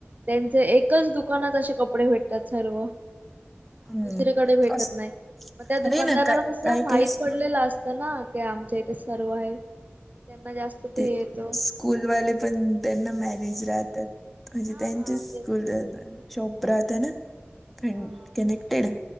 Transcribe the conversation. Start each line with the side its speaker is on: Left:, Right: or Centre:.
Right: त्यांच एकच दुकानात अशे कपडे भेटतात सर्व.
Centre: हम्म.
Right: दुसरीकडे भेटत
Centre: अस-
Right: नाय मग त्या
Centre: अरे
Right: दुकानदाराला
Centre: ना काय
Right: कसं
Centre: काही
Right: माहीत
Centre: काही स-
Right: पडलेलं असत. तर ना ते आमच्या इथे सर्व हाय त्यांना जास्त
Centre: ते
Right: हे येतो
Centre: स्कूलवाले पण त्यांना मॅनेज राहतात. <unintelligible>
Right: हा हा तेच
Centre: शॉप
Right: असतात.
Centre: राहत आहे ना
Right: हा
Centre: कनेक्टेड.